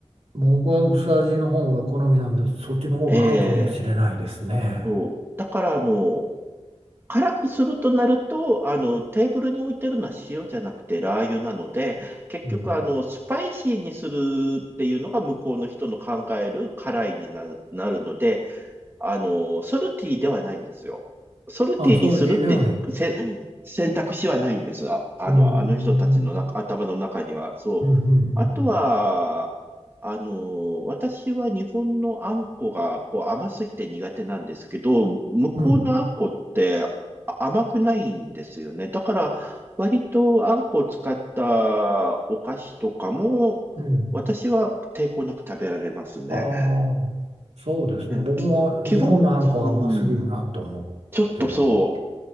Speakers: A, on the right; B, on the right.
A: 僕は薄味の方が好みなんで、そっちの方が合うかもしれないですね。
B: ええ、そう。だから、あの、辛くするとなると、あの、テーブルに置いてるのは塩じゃなくてラー油なので、結局、
A: うん。
B: あの、スパイシーにするっていうのが向こうの人の考える辛いになる、なるので、あの、ソルティではないんですよ。ソルティにするってせ
A: あ、それでではない。う
B: 選択肢はないんですが、あの、
A: ーん。
B: あの人たちの中頭の中には。そう。
A: うん、うん、
B: あとは、あの、私は日本のあんこがこう甘すぎて苦手なんですけど、向こうのあんこってあ甘くないんですよね。
A: うん、うん、うん。
B: だから、割とあんこを使ったお菓子とかも、
A: うん
B: 私は抵抗なく食べられますね。
A: ああ、そうですね。
B: ねき基本、
A: 僕も日本のハンは甘すぎるなと思って、
B: うん、ちょっとそ
A: うん、